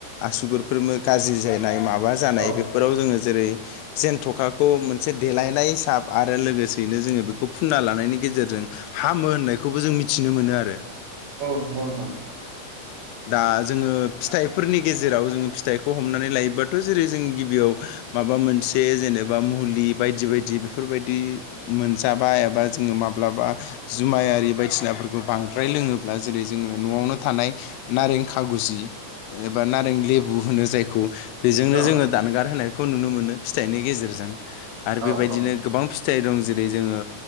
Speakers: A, on the left; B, on the right.
A: आसुगुरफोर गाज्रि जानाय माबा जानाय
B: औ
A: बेफोराव जोङो जेरै जेनथ'खाखौ मोनसे देलायनाय हिसाब आरो लोगोसेयैनो जोङो बेखौ फुनना लानायनि गेजेरजों हामो होननायखौबो जों मिथिनो मोनो आरो
B: औ औ
A: दा जोङो फिथाइफोरनि गेजेराव जोङो फिथाइखौ हमनानै लायोबाथ' जेरै जों गिबियाव माबा मोनसे जेनेबा मुलि बायदि बायदि बेफोरबायदि मोनजाबा एबा जोङो माब्लाबा जुमायारि बायदिसिनाफोरखौ बांद्राय लोङोब्ला जेरै जोङो न'आवनो थानाय नारें खागुजि एबा नारें लेबु होनो जायखौ बेजोंनो
B: औ
A: जोङो दानगार होनायखौ नुनो मोनो फिथाइनि गेजेरजों आरो बेबायदिनो
B: औ
A: गोबां फिथाइ दं जेरै जोङो